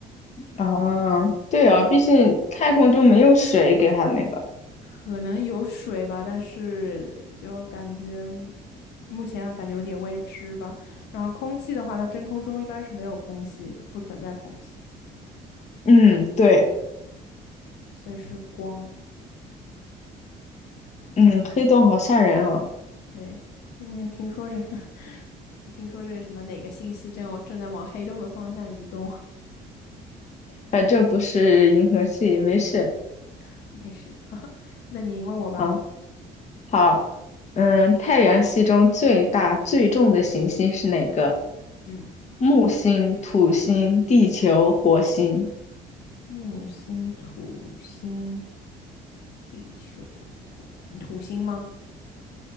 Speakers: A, on the left; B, on the left.
A: 啊，
B: 对，
A: 对哦，
B: 然后
A: 毕竟太空中没有水给它那个。
B: 可能有水吧，但是就感觉目前啊感觉有点未知吧。然后空气的话，它真空中一般是没有空气的，不存在空气，
A: 嗯，对，
B: 所以是光。
A: 嗯，黑洞好吓人啊，
B: 对，听听说这个，<laughs> 听说这个什么哪个星系正正在往黑洞的方向移动，
A: 反正不是银河系，没事
B: <laughs> 没事，<laughs> 哈，哈。那你问我吧。
A: 啊。好，嗯，太阳系中最大最重的行星是哪个？
B: 嗯，
A: 木星、土星、地球、火星？
B: 木星、土星、地球、火星，土星吗？